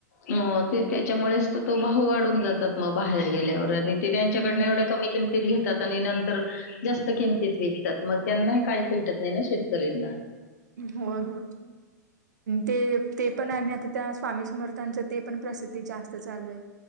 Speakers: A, on the left; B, on the right.
A: हो ते त्याच्यामुळेच तो वाढून जातात मग बाहेर गेल्यावर आणि ते त्यांच्याकड
B: हम्म
A: एवढ्या कमी किमतीत घेतात आणि नंतर जास्त किमतीत विकतात मग त्यांना हे काही भेटत नाही ना शेतकऱ्यांना
B: हो हो ते ते पण आणि आता त्या स्वामी मर त्यांच ते पण प्रसिद्धी जास्त चालू आहे